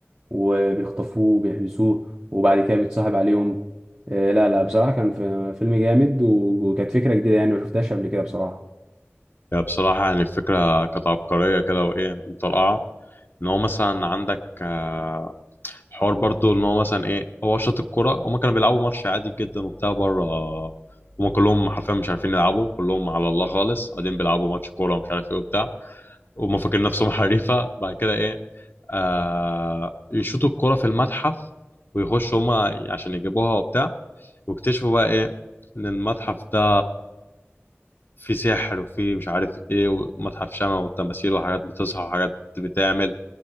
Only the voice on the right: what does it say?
وبيخطفوه بيحبسوه وبعد كده بيتصاحب عليهم آه، لا لا بصراحة كان في- فيلم جامد و- وكانت فكرة جديدة يعني ما شفتهاش قبل كده بصراحة